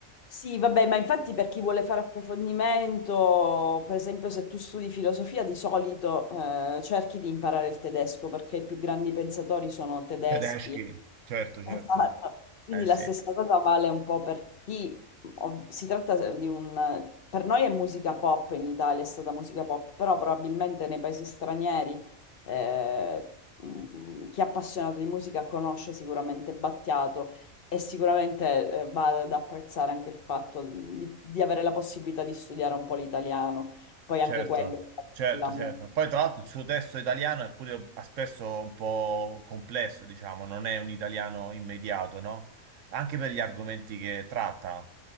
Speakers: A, on the left (about 50°); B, on the right (about 70°).
A: Sì, vabbè, ma infatti per chi vuole fare approfondimento, per esempio se tu studi filosofia, di solito eh, cerchi di imparare il tedesco perché i più grandi pensatori sono tedeschi
B: tedeschi, certo, certo.
A: Esatto. Quindi
B: Eh
A: la
B: sì.
A: stessa cosa vale un po' per chi ov- si tratta di un per noi è musica pop in Italia, è stata musica pop, però probabilmente nei paesi stranieri eh, mh, chi è appassionato di musica conosce sicuramente Battiato e sicuramente eh, va ad apprezzare anche il fatto di, di avere la possibilità di studiare un po' l'italiano, poi
B: Certo,
A: anche quello,
B: certo,
A: la musica.
B: certo. Poi tra l'altro il suo testo italiano è pure a- spesso un po' complesso, diciamo, non è un italiano immediato, no? Anche per gli argomenti che tratta.